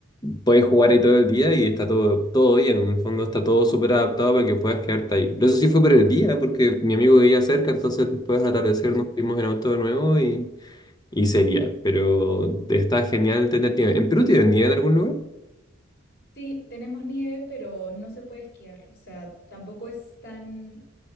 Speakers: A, on the left (about 20°); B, on the left (about 50°).
A: puedes jugar ahí todo el día y está todo, todo bien, en el fondo está todo súper adaptado para que puedas quedarte ahí. Pero eso sí fue por el día, porque mi amigo vivía cerca, entonces después al atardecer
B: Ujú.
A: nos fuimos en auto de nuevo y, y sería, pero está genial tener nieve. ¿En Perú tienen nieve en algún lugar?
B: Sí, tenemos nieve, pero no se puede esquiar. O sea, tampoco es tan,